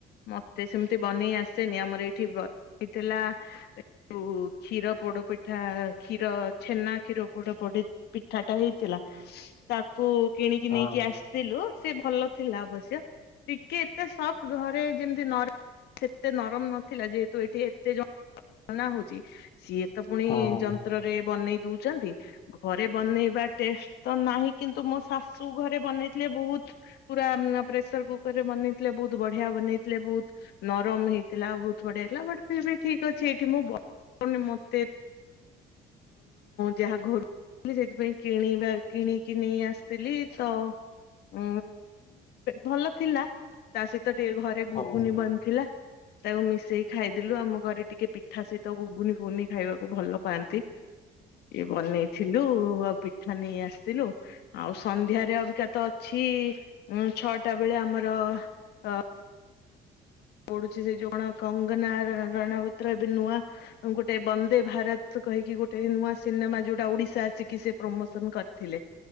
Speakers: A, on the left; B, on the left.
A: ମ ସେ ସେମିତି ବନେଇ ଆସେନି ଆମର ଏଇଠି ଆଇ ଥେଲା ଓ କ୍ଷୀର ପୋଡ ପିଠା କ୍ଷୀର ଛେନା କ୍ଷୀର ପୋଡ଼ ପଡି ପିଠାଟା ହେଇଥିଲା ତାକୁ କିଣିକି
B: ହଁ
A: ନେଇି ଥିଲୁ ସେ ଭଲ ଥିଲା ଅବଶ୍ୟ ଟିକେ ଏ ତେ ସପ୍ଟ୍ ଘରେ ଯେମିତି ନର ଏତେ ନରମ ନଥିଲା ଯେହେତୁ ଏଠି ତେ ଯ ହଉଛି ସିଏ ତ ପୁଣି
B: ହଁ।
A: ଯନ୍ତ୍ରରେ ବନେଇ ଦଉଛନ୍ତି ଘରେ ବନେଇବା ଟେଷ୍ଟ ତ ନାହିଁ କିନ୍ତୁ ମୋ ଶାଶୁ ଘରେ ବନେଇଥିଲେ ବହୁତ ପୁରା ମଁ ପ୍ରେସର କୁକରରେ ବନେଇଥିଲେ ବହୁତ ବଢିଆ ବନେଇଥିଲେ ବହୁତ ନରମ ହେଇଥିଲା ବହୁତ ବଢିଆ ହେଇଥିଲା ବଟ ଫିର୍ ବି ଠିକ୍ ଅଛି ସେଠି ମୁଁ ବନି ମତେ ଯାହା ଘରୁ ସେଥିପାଇଁ କିଣିବା କିଣିକି ନେଇ ଆସିଥିଲି ତ ଉ ଭଲ ଥିଲା ତା ସେ ତ ଟିକେ ଘରେ ଗୁଗୁନି
B: ହଁ।
A: ବନିଥିଲା ତାକୁ ମିଶେଇକି ଖାଇଦଲୁ ଆମ ଘରେ ଟିକେ ପିଠା ସହିତ ଉୁଗୁନି ଫୁଗୁନି ଖାଇବାକୁ ଭଲ ପାଆନ୍ତି ଇଏ ବନେଇଥିଲୁ ପିଠା ନେଇ ଆସିଥିଲୁ ଆଉ ସନ୍ଧ୍ୟାରେ ଅବିକା ତ ଅଛି ଉଁ ଛଅଟା ବେଳେ ଆମର ଅ ପଡୁଛି ସେ ଜୋଉ କଣ କଙ୍ଗନା ରଣାଓଟ୍ ଏବେ ନୂଆ ଗୋଟେ ବ ଭାରତ କହିକି ଗୋଟେ ନୂଆ ସିନେମା ଯୋଉଟା ଓଡିଶା ସିକି ସେ ପ୍ରମୋସନ କରିଥିଲେ